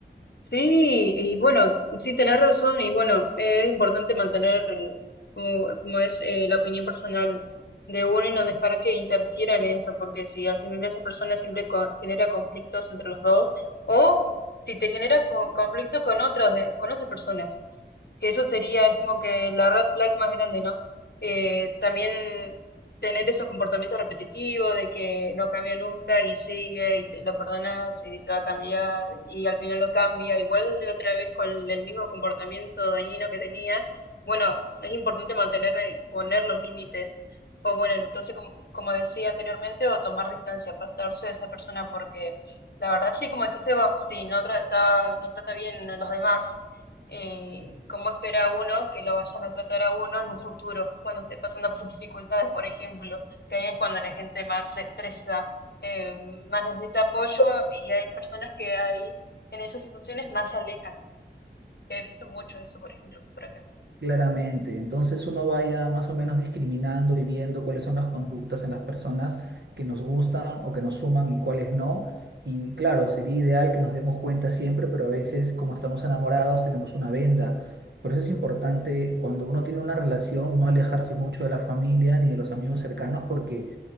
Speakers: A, on the left; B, on the right.
A: Sí, y bueno, sí, tenés razón, y bueno, eh, es importante mantener el- como, como es eh, la opinión personal de uno y no dejar que interfiera en eso, porque si al final esa persona siempre co- genera conflictos entre los dos, o si te genera co- conflicto con otros, de- con otras personas. que eso sería, es como que la red flag más grande, ¿no? Eh, también tener esos comportamientos repetitivos de que no cambia nunca y sigue y te lo perdonas y dice va a cambiar y al final lo cambia y vuelve otra vez con el mismo comportamiento dañino que tenía. Bueno, es importante mantener y poner los límites. O bueno, entonces, como, como decía anteriormente, o tomar distancia, apartarse de esa persona porque la verdad sí, como dijiste vos, sí, no trataba, no trata bien a los demás eh, cómo espera uno que lo vayan a tratar a uno en un futuro, cuando esté pasando por <laughs> dificultades, por ejemplo, que ahí es cuando la gente más se estresa, eh, más necesita apoyo y hay personas que ahí en esas situaciones más se alejan. He visto mucho eso, por ejemplo, por acá.
B: Claramente. Entonces uno vaya más o menos discriminando y viendo cuáles son las conductas en las personas que nos gustan o que nos suman y cuáles no. Y claro, sería ideal que nos demos cuenta siempre, pero a veces como estamos enamorados tenemos una venda. Por eso es importante cuando uno tiene una relación no alejarse mucho de la familia ni de los amigos cercanos porque